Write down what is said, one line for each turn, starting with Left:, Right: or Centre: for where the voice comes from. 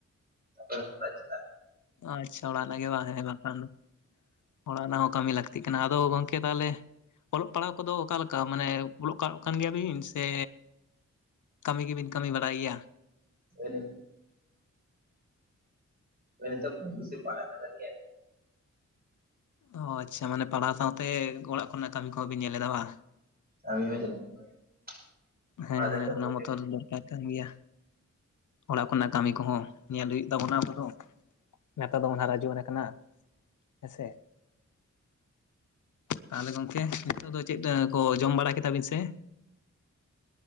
Right: ᱛᱟᱯᱚᱨᱮ ᱦᱚᱲᱟᱜ ᱪᱟᱞᱟᱜ
Left: ᱟᱪᱪᱷᱟ ᱚᱲᱟᱜ ᱨᱮᱱᱟᱜ ᱜᱮ ᱵᱟᱝ ᱦᱮ ᱵᱟᱝᱠᱷᱟᱱ ᱫᱚ ᱚᱲᱟᱜ ᱨᱮᱱᱟᱜ ᱦᱚᱸ ᱠᱟᱹᱢᱤ ᱞᱟᱹᱠᱛᱤ ᱠᱟᱱᱟ ᱟᱫᱚ ᱜᱚᱝ ᱠᱮ ᱛᱟᱦᱚᱞᱮ ᱚᱞᱚᱜ ᱯᱟᱲᱦᱟᱣ ᱠᱚᱫᱚ ᱚᱠᱟᱞᱮᱠᱟ ᱢᱟᱱᱮ ᱚᱞᱚᱜ ᱠᱟ ᱠᱟᱱ ᱜᱮᱭᱟᱵᱤᱱ ᱥᱮ, ᱠᱟᱹᱢᱤ ᱜᱮᱵᱤᱱ ᱠᱟᱹᱢᱤ ᱵᱟᱲᱟᱭ ᱜᱮᱭᱟ?
Right: ᱦᱮᱞᱚ ᱦᱚᱭ ᱱᱤᱛᱚᱜ ᱠᱚᱢ ᱵᱮᱥᱤ ᱯᱟᱲᱦᱟᱜ ᱛᱟᱞᱮ ᱜᱮᱭᱟᱭ᱾
Left: ᱚ ᱟᱪᱪᱷᱟ ᱢᱟᱱᱮ ᱯᱟᱲᱦᱟᱣ ᱥᱟᱶᱛᱮ ᱚᱲᱟᱜ ᱠᱚᱨᱮᱱᱟᱜ ᱠᱟᱹᱢᱤ ᱠᱚᱦᱚᱸ ᱵᱤᱱ ᱧᱮᱞᱮ ᱫᱟ ᱵᱟ᱾
Right: ᱠᱟᱹᱢᱤ ᱦᱚᱸ ᱪᱟᱞᱟᱜ <unintelligible> ᱠᱟᱱᱟ
Left: ᱦᱮᱸ ᱦᱮᱸ
Right: ᱚᱲᱟᱜ
Left: ᱚᱱᱟ ᱢᱚᱛᱚᱨ
Right: ᱨᱮ
Left: ᱫᱚᱨᱠᱟᱨ ᱠᱟᱱ ᱜᱮᱭᱟ᱾ ᱚᱲᱟᱜ ᱠᱚᱱᱟᱜ ᱠᱟᱹᱢᱤ ᱠᱚᱦᱚᱸ ᱧᱮᱞ ᱦᱩᱭᱩᱜ ᱛᱟᱵᱚᱱᱟ ᱟᱵᱚ ᱫᱚ ᱱᱮᱛᱟᱨ ᱫᱚᱵᱚ ᱦᱟᱨᱟ ᱡᱩᱭᱚᱱ ᱟᱠᱟᱱᱟ ᱦᱮᱸᱥᱮ᱾ ᱛᱟᱦᱚᱞᱮ ᱜᱚᱝᱠᱮ ᱱᱤᱛᱚᱜ ᱫᱚ ᱪᱮᱫ ᱠᱚ ᱡᱚᱢ ᱵᱟᱲᱟ ᱠᱮᱫᱟ ᱵᱤᱱ ᱥᱮ?